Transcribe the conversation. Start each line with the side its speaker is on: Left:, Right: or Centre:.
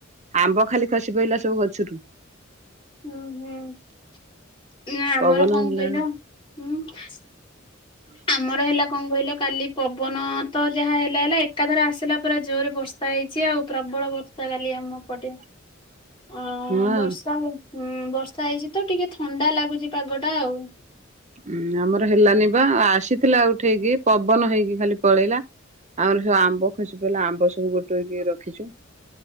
Right: ଆମ୍ବ ଖାଲି ଖସି ପଇିଲା ସବୁ ଗଛରୁ।
Left: ଉଁ, ହୁଁ ନା ଆମର
Right: ପବନ
Left: କଣ
Right: ହେଲା
Left: କହିଲ ହୁଁ?
Right: <inaudible>
Left: ଆମର ହେଲା କଣ କହିଲ କାଲି ପବନ ତ ଯାହା ହେଲା ହେଲା ଏକାଥରେ ଆସିଲା ପୁରା ଜୋରରେ ବର୍ଷା ବର୍ଷା ହେଇଛି ଆଉ ପ୍ରବଳ ବର୍ଷା କାଲି ଆମ ପଟେ।
Right: <inaudible>
Left: ଅ
Right: ହଁ
Left: ବର୍ଷା ହଁ ବର୍ଷା ହେଇଛି ତ ଟିକେ ଥଣ୍ଡା ଲାଗୁଛି ପାଗ ଟା ଆଉ।
Right: ଉଁ, ଆମର ହେଲାନି ବା ଆସିଥିଲା ଆଉ ଉଠେଇକି ପବନ ହେଇକି ଖାଲି ପଳେଇଲା ଆମର ସବୁ ଆମ୍ବ ଖସି ପିଲା ଆମ୍ବ ସବୁ ଗୋଟେଇକି ରଖିଛୁ।